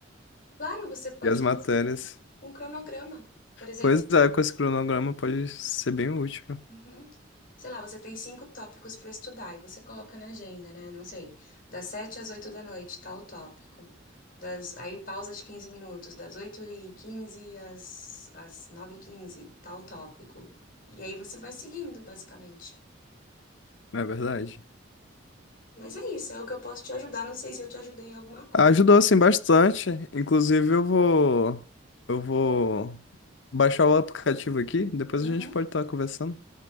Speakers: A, on the left; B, on the left.
A: Claro, você pode
B: e as
A: fazer
B: matérias.
A: um cronograma. Por exemplo,
B: Pois é, com esse cronograma pode ser bem útil,
A: Uhum. Sei lá, você tem cinco tópicos para estudar e você coloca na agenda, né? Não sei, das sete às oito da noite, tal tópico. Das, aí pausa de 15 minutos, das oito e quinze às, às nove h 15 tal tópico. E aí você vai seguindo, basicamente.
B: não é verdade?
A: Mas é isso, é o que eu posso te ajudar. Não sei se eu te ajudei em alguma coisa.
B: Ajudou sim bastante. Inclusive, eu vou eu vou baixar o aplicativo aqui, depois
A: Uhum.
B: a gente pode estar conversando.